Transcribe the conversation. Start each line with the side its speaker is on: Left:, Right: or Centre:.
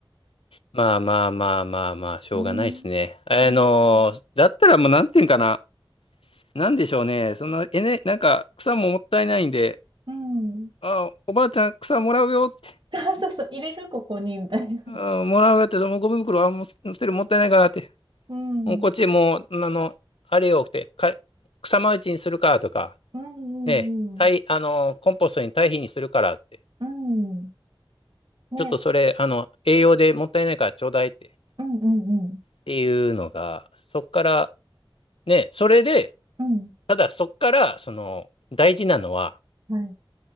Left: まあまあまあまあまあ、しょうがないですね。
Right: ね
Left: あの、
Right: う
Left: だったらもうなんていうんかな。なんでしょうね。その、えね、なんか草ももったいないんで、
Right: ん。うん。
Left: あ、おばあちゃん草もらうよって、
Right: <laughs> あ、そうそう、入れる、ここに、みたいな。
Left: あ、もらうよって、もうゴミ袋はもう捨てるもったいないからって、
Right: うん。
Left: もうこっちもう、
Right: う
Left: あの、あれよって、か、草マルチにするかとか、
Right: んうんうん。
Left: ええ、堆あの、コンポストに堆肥にするからって、
Right: うん。ね、
Left: ちょっとそれ、あの、栄養でもったいないからちょうだいって、
Right: うんうんうん。
Left: っていうのが、そっから、ね、それで、
Right: うん。
Left: ただそっから、その、大事なのは、
Right: はい。